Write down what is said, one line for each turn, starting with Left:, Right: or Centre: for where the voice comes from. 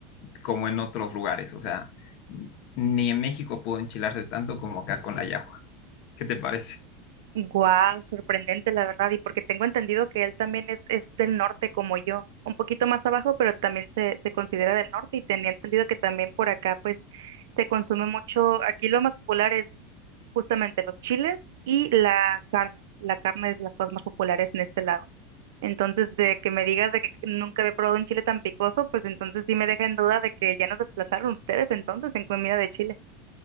Left: como en otros lugares. O sea, ni en México pudo enchilarse tanto como acá con la yahua. ¿Qué te parece? <laughs>
Right: Guau, sorprendente la verdad, y porque tengo entendido que él también es, es del norte como yo, un poquito más abajo, pero también se, se considera del norte y tenía entendido que también por acá pues se consume mucho, aquí lo más popular es justamente los chiles y la carne, la carne es de las cosas más populares en este lado. Entonces, de que me digas de que nunca había probado un chile tan picoso, pues entonces sí me deja en duda de que ya nos desplazaron ustedes entonces en comida de Chile.